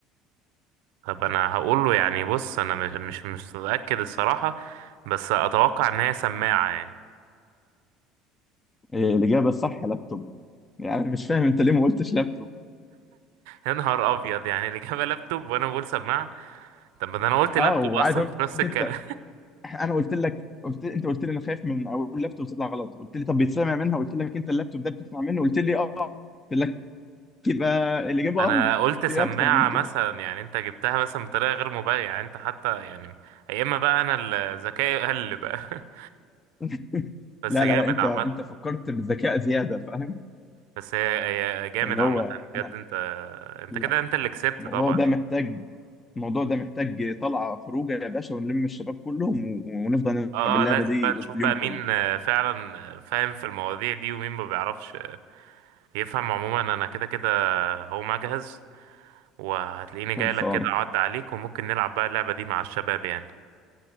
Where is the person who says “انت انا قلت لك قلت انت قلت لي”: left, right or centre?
Left